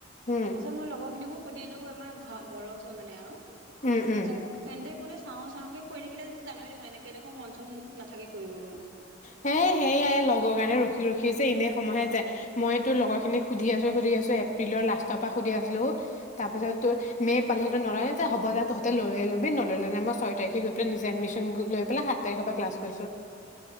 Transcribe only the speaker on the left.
উম
উম
উম
সে সেয়াই লগৰ কাৰণে ৰখি ৰখি জে এনে সময়হে যায়। মই তোৰ লগৰখিনিক সুধি আছোঁ সুধি আছোঁ এপ্ৰিলৰ লাষ্টৰ পৰা সুধি আছিলোঁ তাৰপিছত তোৰ মে' পালহো নলয়নে যে হ'ব যে তহঁতে লৈ ল'বি নল'লে নে মই ছয় তাৰিখে গৈ পেলাই নিজে এডমিশ্যন লৈ পেলাই সাত তাৰিখৰ পৰা ক্লাছ কৰিছোঁ।